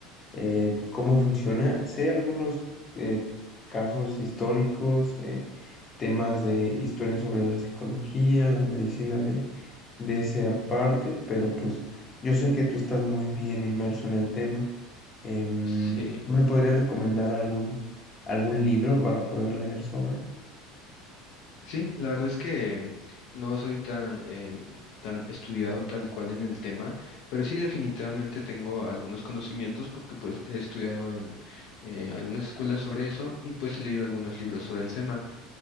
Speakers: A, on the left; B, on the left.
A: eh, cómo funciona. Sé algunos eh, casos históricos, eh, temas de historia sobre la psicología, la medicina de, de esa parte, pero pues yo sé que tú estás muy bien inmerso en el tema. Em,
B: Sí,
A: ¿tú me podrías recomendar algún, algún libro para poder leer sobre?
B: sí, la verdad es que no soy tan, em, tan estudiado tal cual en el tema, pero sí definitivamente tengo algunos conocimientos porque pues he estudiado en eh, algunas escuelas sobre eso y pues he leído algunos libros sobre el tema.